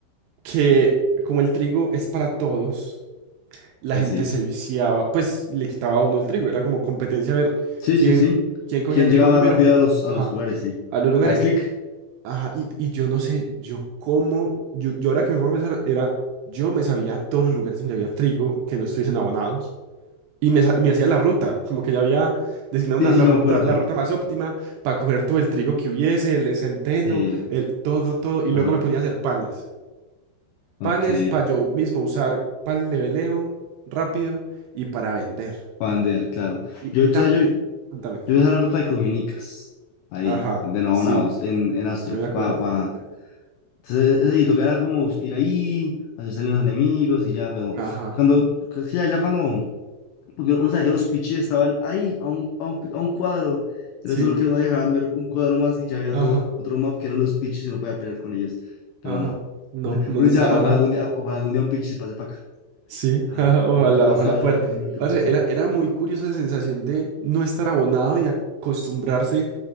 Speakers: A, on the right; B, on the left.
A: que como el trigo es para todos. la
B: Sí,
A: gente
B: sí.
A: se viciaba, pues le quitaba a uno el trigo, era como competencia a ver
B: Sí,
A: quién,
B: sí, sí.
A: quién cogía
B: ¿Quién
A: el
B: llegaba
A: trigo primero,
B: más rápido a los, a
A: ajá,
B: los lugares? Sí.
A: a los lugares,
B: Al clic.
A: ajá, y, y yo no sé, yo cómo, yo, yo ahora que me pongo a pensar, era, yo me sabía todos los lugares donde había trigo que no estuviesen abonados, y me, sa- me hacía la ruta, como que ya había designado
B: Sí,
A: una, la
B: sí, yo
A: ruta,
B: me acuerdo.
A: la ruta más óptima para coger todo el trigo que hubiese, el centeno,
B: Sí.
A: el todo, todo, y
B: Ajá.
A: luego me ponía a hacer panes,
B: Ok.
A: panes para yo mismo usar para el leveleo rápido y para vender.
B: Pander, claro.
A: Y,
B: Yo,
A: y
B: o
A: también,
B: sea, yo,
A: cuéntame.
B: Yo hice la ruta de Crujenicas, ahí,
A: Ajá,
B: de Nabonados,
A: sí,
B: en, en Astrup,
A: yo me acuerdo.
B: pa, pa.
A: yo me-
B: Entonces, ese sitio que era como ir ahí, hacer salir los enemigos y ya, pero
A: Ajá,
B: cuando, es que ya, ya cuando, porque uno sabe que los pichis estaban ahí, a un, a un, pi- a un cuadro, era
A: sí,
B: solo que no dejaran ver un cuadro más y ya había
A: ajá,
B: otro, otro map que eran los pichis y no podía pelear con ellos, pero
A: ajá.
B: no.
A: No,
B: <laughs>
A: no,
B: Uno
A: no
B: dice,
A: estaba
B: "Ah, ojalá
A: nada.
B: algún día, ojalá algún día un pichis pase para acá,
A: Sí,
B: pero
A: <laughs> ajá,
B: no,
A: ojalá,
B: nunca pasa,
A: ojalá poder.
B: nunca
A: Parce,
B: pasó.
A: Era, era muy curiosa la sensación de no estar abonado y acostumbrarse